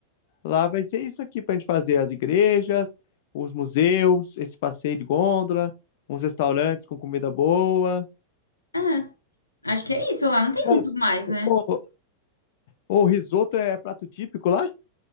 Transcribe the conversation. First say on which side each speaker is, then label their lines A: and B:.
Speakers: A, on the left; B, on the left.
A: Lá vai ser isso aqui para a gente fazer as igrejas, os museus, esse passeio de gôndola, uns restaurantes com comida boa.
B: É, acho que é isso lá. Não tem muito
A: Ô,
B: mais, né?
A: ô, ô, o risoto é prato típico lá?